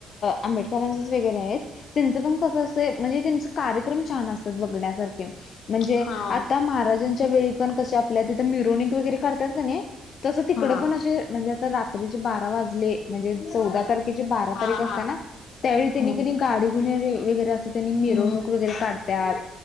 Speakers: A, on the left; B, on the left.
A: आंबेडकरांचेच वगैरे हायेत, त्यांचं पण कसं असतय म्हणजे त्यांच कार्यक्रम छान असत्यात बघण्यासारखे म्हणजे
B: हा
A: आता महाराजांच्या वेळी पण कशा आपल्या तिथं मिरोनिक वगैरे काढत्यात कनी, तसं तिकड
B: हा
A: पण असे म्हणजे आता रात्रीचे बारा वाजले म्हणजे चौदा तारखेची बारा
B: हा
A: तारीख असत्या ना? त्यावेळी
B: हा
A: तेनी कणी गाडी <unintelligible> वगैरे अस. त्यांनी मिरवणूक
B: हम्म
A: वगैरे काढत्यात,